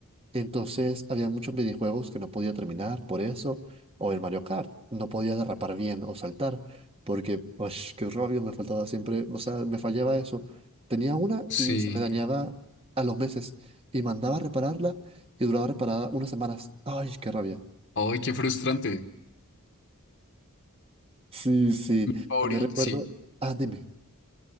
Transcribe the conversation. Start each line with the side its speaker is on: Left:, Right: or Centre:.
Right: Entonces había muchos videojuegos que no podía terminar por eso, o el Mario Kart, no podía derrapar bien o saltar, porque, ush, qué rollo, me faltaba siempre, o sea, me fallaba eso. Tenía una
Left: Sí.
Right: y se me dañaba a los meses, y mandaba a repararla y duraba reparada unas semanas. Ay, qué rabia.
Left: Ay, qué frustrante.
Right: Sí, sí,
Left: Favorito,
Right: también recuerdo,
Left: sí.
Right: ah, dime.